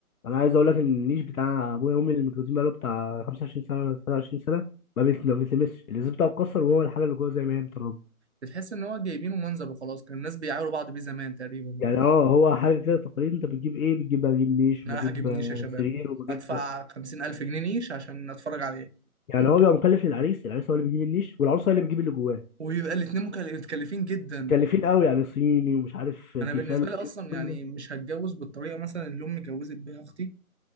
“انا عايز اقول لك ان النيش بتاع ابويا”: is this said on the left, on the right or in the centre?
Left